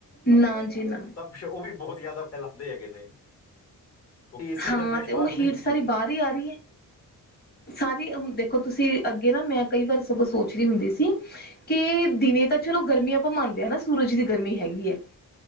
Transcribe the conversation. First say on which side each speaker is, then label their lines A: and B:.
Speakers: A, on the left; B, on the left.
A: ਨਾ ਜੀ ਨਾ।
B: ਕੁਛ ਉਹ ਵੀ ਬਹੋਤ ਜਿਆਦਾ ਫੈਲਾਂਦੇ ਹੈਗੇ ਨੇ। <unintelligible> ਕੇ
A: ਹਾਂ
B: ਗਰਮਾਇਸ਼
A: ਤੇ
B: ਬਾਹਰ
A: ਉਹ
B: ਥੋੜ੍ਹੀ
A: ਹੀਟ
B: ਸੁੱਟਣੀ
A: ਸਾਰੀ
B: ਏ।
A: ਬਾਹਰ ਹੀ ਆ ਰਹੀ ਹੈ ਸਾਰੀ ਹੁਣ, ਦੇਖੋ ਤੁਸੀਂ, ਅੱਗੇ ਨਾ, ਮੈਂ ਕਈ ਵਾਰ ਸਗੋਂ ਸੋਚ ਰਈ ਹੁੰਦੀ ਸੀ। ਕਿ ਦਿਨੇ ਤਾਂ ਚਲੋ ਗਰਮੀ ਆਪਾਂ ਮੰਨਦੇ ਹਾਂ ਨਾ, ਸੂਰਜ ਦੀ ਗਰਮੀ ਹੈਗੀ ਹੈ।